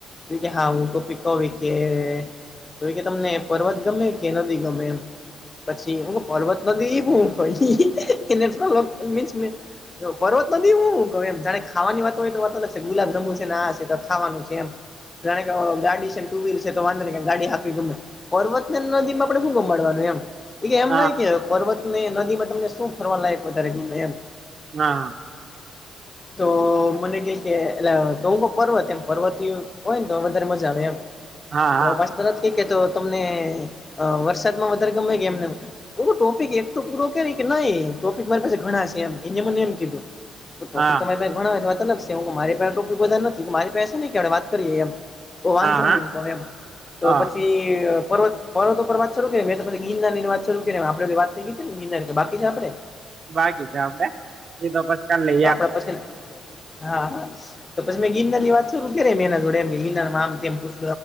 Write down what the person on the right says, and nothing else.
હાં હાં
હા.
હાં
હાં
હાં
હાં
બાકી છે આપડે. એ તો પસ કાલ લઈ.